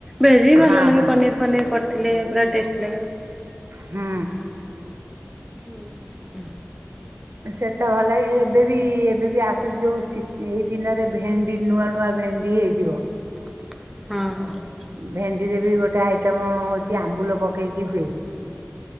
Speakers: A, in the centre; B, on the right (about 70°).
A: ଭେଜି ଭଲ
B: ହଁ
A: ଲାଗେ
B: ହଁ
A: ପନିର୍ ଫନିର୍ କରିଥିଲେ ପୁରା ଟେଷ୍ଟ ଲାଗିବ।
B: ହୁଁ।
A: ହୁଁ ହୁ।
B: ସେଟା ଭଲ ଲାଗେ ଏବେ ବି ଏବେ ବି ଆସୁ ଯୋଉ ଶୀ ଏଇ ଦିନରେ ଭେଣ୍ଡି ନୂଆ ନୂଆ ଭେଣ୍ଡି ହେଇଥିବ
A: ହଁ।
B: ଭେଣ୍ଡିରେ ବି ଗୋଟେ ଆଇଟମ ହଉଛି ଆମ୍ବୁଲ ପକେଇକି ହୁଏ।